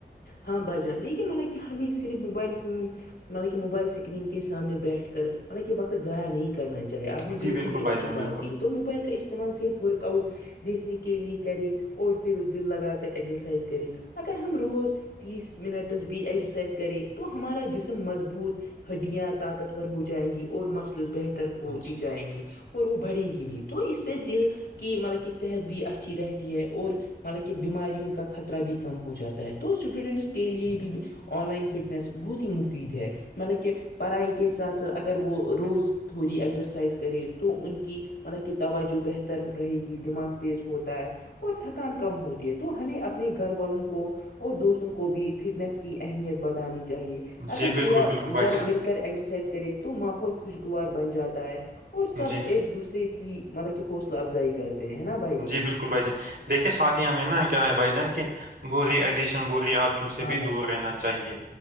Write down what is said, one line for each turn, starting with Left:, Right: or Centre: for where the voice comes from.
Left: ہاں بجان لیکن مطلب کہ ہمیں صرف موبائل فون مطلب کہ موبائل اسکرین کے سامنے بیٹھ کر مطلب کہ وقت ضائع نہیں کر کرنا چاہے آپ نے
Right: جی
Left: بالکل ہی اچھی
Right: بھائی جان
Left: بات
Right: بالکل
Left: کی تو موبائل کا استعمال صرف ورک آؤٹ دیکھنے کے لیے کریں اور پھر دل لگا کر ایکسرسائز کرے اگر ہم روز تیس منٹس بھی ایگزرسائز کرے تو ہمارا جسم مضبوط ہڈیاں طاقتور ہو جائیں گی اور مسلس بہتر ہوتی
Right: جی
Left: جائیں گی اور وہ بڑھیں گی بھی تو اس سے دل کہ مطلب کہ صحت بھی اچھی رہتی ہے اور مطلب کہ بیماریوں کا خطرہ بھی کم ہو جاتا ہے تو اسٹوڈنٹس کے لیے بھی آن لائن فٹنس بہت ہی مفید ہے مطلب کہ پڑھائی کے ساتھ ساتھ اگر وہ روز تھوڑی ایزرسائز کرے تو ان کی ملا کہ توجہ بہتر رہے گی دماغ تیز ہوتا ہے اور تھکان کم ہوتی ہے تو ہمیں اپنے گھر والوں کو اور دوستوں کو بھی فٹنس کی اہمیت بتانی چاہیے اگر
Right: جی
Left: پورا
Right: بالکل بالکل بھائی
Left: گھر
Right: جان
Left: مل ایکسرسائز کرے تو ماحول خوشگوار بن جاتا ہے اور سب
Right: جی
Left: ایک دوسرے کی مطلب کہ حوصلہ افزائی کرتے ہیں نا بھائی جان
Right: جی بالکل بھائی جان دیکھیے ساتھی ہمیں نا کیا ہے بھائی جان کی بری ایڈیکشن بری عادتوں سے
Left: ہاں
Right: بھی
Left: بھائی
Right: دور رہنا چاہیے